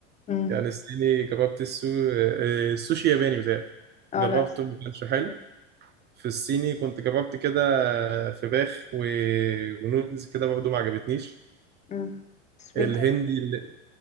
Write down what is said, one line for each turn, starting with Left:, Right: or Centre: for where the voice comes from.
Left: امم
Right: يعني الصيني جربت السو... آه، السوشي ياباني بتاعي
Left: اه
Right: جربته
Left: لا
Right: ما كانش
Left: سويت
Right: حلو في الصيني كنت جربت كده فراخ و... ونودلز كده برضه ما عجبتنيش
Left: امم سويت
Right: الهندي اللي...